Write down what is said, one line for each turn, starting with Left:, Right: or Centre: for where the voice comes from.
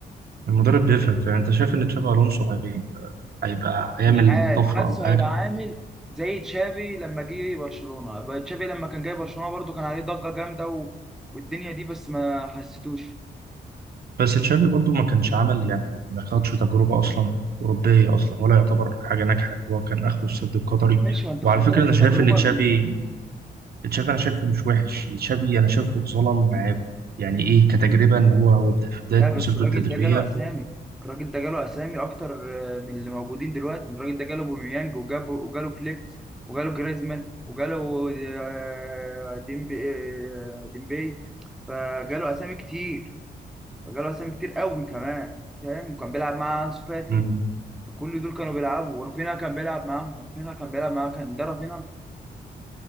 Right: المدرب بيفرق يعني أنت شايف إن تشابي ألونسو هي- هيبقى هيعمل
Centre: مش عارف
Right: طفرة
Centre: حاسه
Right: أو حاجة
Centre: هيبقى عامل زي تشافي لما جه برشلونة بقى تشافي لما كان جاي برشلونة برضو كان عليه ضجة جامدة و... والدنيا دي بس ما حسيتوش
Right: بس تشافي برضو ما كانش عمل يعني ما خدش تجربة أصلا أوروبية أصلا ولا يعتبر حاجة ناجحة هو كان آخره السد القطري
Centre: ماشي ما انت
Right: وعلى
Centre: خد
Right: فكرة
Centre: بالك
Right: أنا
Centre: التجربة
Right: شايف إن تشافي تشافي أنا شايفه مش وحش تشافي أنا شايفه اتظلم معاكم يعني إيه كتجربة إن هو هو بدا- في بداية
Centre: لا بس
Right: مسيرته
Centre: الراجل
Right: التدريبية
Centre: ده جاله اسامي الراجل ده جاله اسامي اكتر آه، من اللي موجودين دلوقتي الراجل ده جاله بوميانج وجابه وجاله فليكس وجاله جريزمان وجاله آه، ديمبي آه، ديمبي فجاله اسامي كتير فجاله اسامي كتير قوي كمان فاهم وكان بيلعب مع انسو فاتي
Right: مم.
Centre: فكل دول كانوا بيلعبوا ورافينها كان بيلعب معاهم رافينها كان بيلعب معاه كان ده رافينها